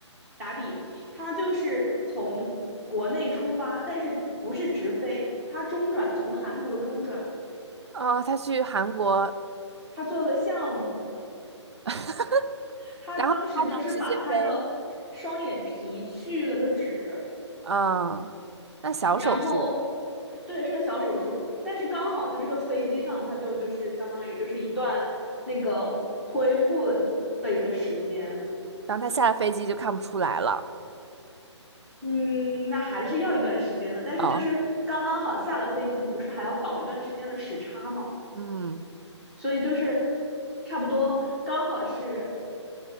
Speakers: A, in the centre; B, on the right.
A: 打底。他就是从国内出发，但是不是直飞，他中转从韩国中转，
B: 哦，他去韩国，
A: 他做个项目，
B: <laughs>
A: 他当时就是把他的双眼皮去了个脂。
B: 然后他能直接飞。嗯，那小手术，
A: 然后，对，是个小手术，但是刚好就这个飞机上，它就就是相当于就是一段那个恢复的一个时间。
B: 然后他下了飞机就看不出来了。
A: 嗯，那还是要一段时间的，但是就是刚刚好下了飞机，
B: 哦，
A: 不是还要倒一段时间的时差嘛，
B: 嗯，
A: 所以就是差不多刚好是，